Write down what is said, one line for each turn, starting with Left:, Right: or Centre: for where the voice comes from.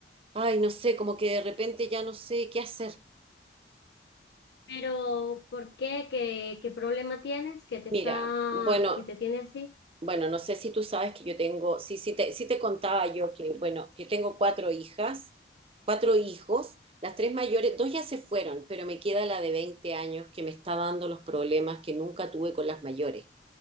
Right: ay, no sé, como que de repente ya no sé qué hacer.
Left: Pero, ¿por qué? ¿Qué, qué problema tienes que te
Right: Mira,
Left: está,
Right: bueno,
Left: que te tiene así?
Right: Bueno, no sé si tú sabes que yo tengo, sí, sí te, sí te contaba yo que, bueno, que tengo cuatro hijas, cuatro hijos, las tres mayores, dos ya se fueron, pero me queda la de veinte años que me está dando los problemas que nunca tuve con las mayores